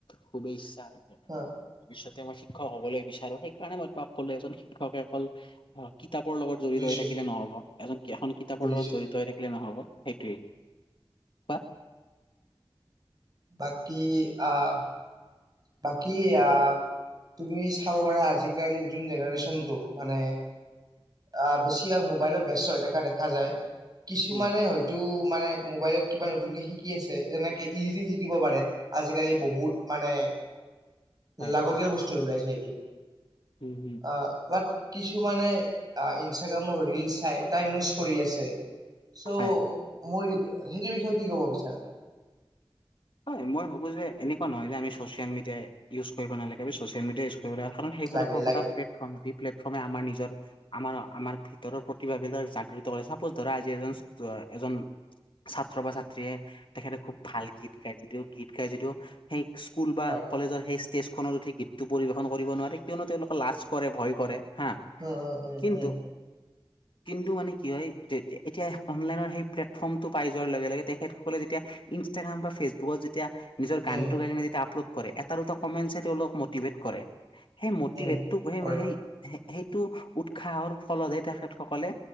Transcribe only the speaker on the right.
হা
বুজিছো
বুজিছো
বাকী আহ, বাকী আহ, তুমি চাব পাৰা আজিকালি নতুন জেনেৰেচনটো মানে আহ বেছিভাগ মোবাইলত ব্যস্ত হৈ থকা দেখা যায়। কিছুমানে
হয়তো মানে মোবাইলত কিবা নতুনকে শিকি আছে যেনেকে ইডীটিং শিকিব পাৰে। আজিকালি বহুত মানে
লাগতীয়াল
বস্তুৱে ওলাইছে এইটো।
আ বাত কিছুমানে ইনষ্টাগ্ৰামৰ ৰিল চাই। টাইম ৱেষ্ট কৰি আছে, চ'
মোৰ সেইটোৰ বিষয়ে কি ক'ব বিচাৰা?
লাগে
লাগে
হয়।
উ উ উম
উম
উম
উম
কৰে